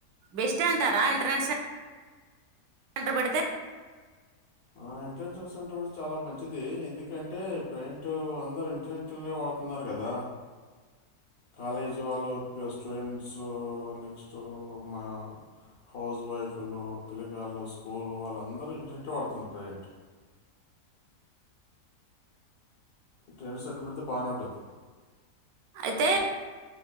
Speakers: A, on the right; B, on the left.
A: బెస్ట్ అంటారా ఇంటర్నెట్ సె కంటపడితే
B: ఆ ఏంట్రాన్సస్ సెంటర్ పెడితే చాలా మంచిది ఇది ఎందుకంటే ప్రైంట్ అందరు ఇంటర్నెట్ లనే వాడ్ తున్నారు కదా కాలేజీ వాళ్ళు ఇపుడు ఇగ స్టూడెంట్స్ నెక్స్ట్ మా హౌస్ వైఫలో పిల్లగాళ్లు స్కూలు వాళ్ళందరూ ఇంటర్నెట్ ఏ వాడుతున్నరు ప్రసెంటు ఈ ట్రైనింగ్ సెంటర్ పెడితే బానే ఉంటది
A: అయితే